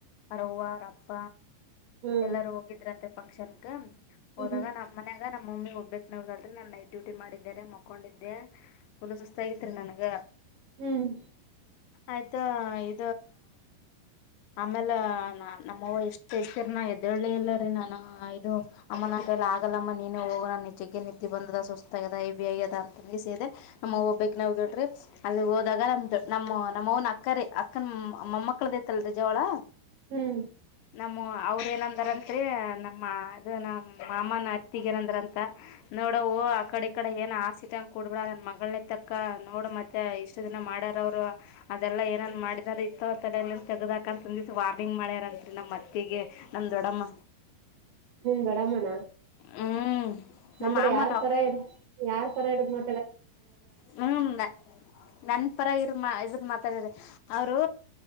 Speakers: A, on the left; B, on the right.
A: ಅರವ್ವಾರಪ್ಪ
B: ಹ್ಮ್
A: ಎಲ್ಲಾರೂ ಹೋಗಿದ್ರಂತೆ ಫಂಕ್ಷನ್ ಹೋದಾಗ
B: ಹ್ಮ್
A: ನಮ್ಮನೆಗ ನಮ್ ಮಮ್ಮಿ ಹೋಗ್ಬಬೇಕಕ್ ನವಗಲ್ರಿ ನಾನ್ ನೈಟ್ ಡ್ಯೂಟಿ ಮಾಡಿದ್ದೇರೆ ಮಕೊಂಡಿದ್ದೆ ಫುಲ್ ಸುಸ್ತ ಆಗತ್ರಿ ನನ್ಗ
B: ಹ್ಮ್
A: ಆಯ್ತಾ ಇ ಆಮೇಲೆ ನಮ್ಮ ಎಷ್ಟತರ ನ ಎದ್ದಳ್ಳಿ ಇಲ್ಲರಿ ನಾನ ಇದು ಅಮ್ಮನ ಆಗಲ್ಲಮ್ಮ ನೀನೇ ಹೋಗುವ ನನ್ ನಿಜೆಗೆಗೆ ನಿಂತಿ ಬಂದದ ಸುಸ್ತದದ ಸೇದೆ ನಮ್ಮಬ ನಾವವು ಕೇಳ್ರಿ ಅಲ್ಲಿ ಹೋದಾಗ ನಮ್ದ ನಮ್ಮ್ ನಮ್ಮ್ನ ಅಕ್ಕರೆ ಅ ಮಮ್ಮ ಮಕ್ಕಳದತಲ್ಲ ರ ಜ ಅವಳ
B: ಹ್ಮ್
A: ನಮ್ಮ ಅವ್ರ ಏನಂದಾರತ್ರಿ ನಮ್ಮ ಅದು ನಮ್ಮ ಮಾಮನ ಅತ್ತಿಗ ಏನಂದ್ರ ಅಂತ ನೋಡ ಆ ಕಡೆ ಈ ಕಡೆ ಏನ್ ಆಸ ಇಟ್ ಅಂಗ ಕೂಡ್ಬಿಡ ನನ್ನ ಮಗಳ ತಕ್ಕ ನೋಡು ಮತ್ತೆ ಇಷ್ಟು ದಿನ ಮಾಡ ಅವರು ಅದೆಲ್ಲ ಏನನ್ ಮಾಡ ಇದೆ ಇತ್ತ ತಲ ತೆಗದಕ ಅಂತ ಒಂದಿವ ವಾರ್ನಿಂಗ್ ಮಾಡ್ಯಾರಂತ್ರಿ ನಮ್ಮತ್ತಿಗೆ ನಮ್ಮ ದೊಡಮ್ಮ
B: ಹ್ಮ ಬಡಮ್ಮನ
A: ಹ್ಮ್ ನಮ್ಮ
B: ಅಂದ್ರೆ
A: ಮಾಮನ
B: ಯಾರ್ ತರ ಇ ಯಾರ್ ತರ ಇಡ ಮ
A: ಹ್ಮ ನನ್ ಪರ ಇರ್ ಮಾ ಇದಕ್ ಮಾತಾಡರಿ ಅವರು